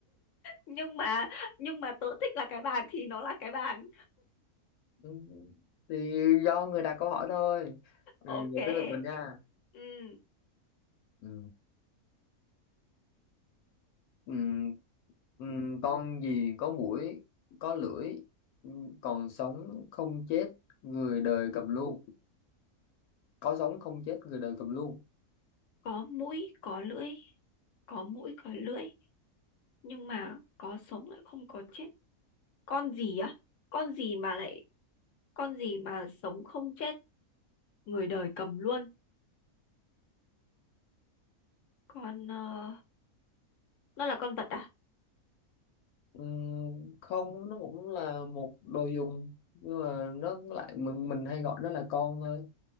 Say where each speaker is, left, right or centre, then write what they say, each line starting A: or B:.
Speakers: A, on the left (about 65°); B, on the left (about 80°).
A: nhưng mà, nhưng mà tớ thích là cái bàn thì nó là cái bàn.
B: Ừ, thì do người đặt câu hỏi thôi ừ,
A: Ok.
B: giờ tới lượt mình nha
A: Ừ,
B: ừ, ừ, ừ, con gì có mũi có lưỡi ừ, còn sống không chết người đời cầm luôn có sống không chết người đời cầm luôn
A: có mũi, có lưỡi, có mũi, có lưỡi, nhưng mà có sống lại không có chết. Con gì á? Con gì mà lại, con gì mà sống không chết? người đời cầm luôn con ờ, nó là con vật à
B: ừ, không nó cũng là một đồ dùng nhưng mà nó lại mình mình hay gọi nó là con thôi